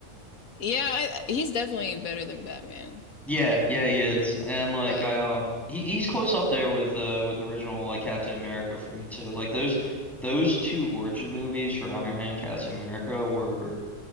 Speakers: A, on the left (about 80°); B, in the centre.
A: Yeah, I, he's definitely better than Batman.
B: Yeah, yeah, he is. And like
A: But
B: I um he, he's close up there with uh with the original like Captain America for me too. Like those those two origin movies for Iron Man and Captain America were